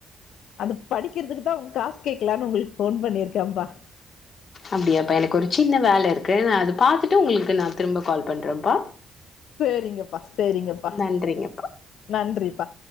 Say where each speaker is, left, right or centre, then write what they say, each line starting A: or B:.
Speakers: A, on the left (about 75°); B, on the left (about 45°).
A: அடுத்து அடிக்கிறதுக்குதா உங்க காசு கேக்கலான்னு உங்களுக்கு ஃபோன் பண்ணிருக்கேம்பா
B: அப்டியாப்பா எனக்கு ஒரு சின்ன வேலை இருக்கு நா அது பாத்துட்டு உங்களுக்கு நா திரும்ப கால் பண்றேப்பா
A: சேரிங்கப்பா சேரிங்கப்பா
B: நன்றிங்கப்பா
A: நன்றிப்பா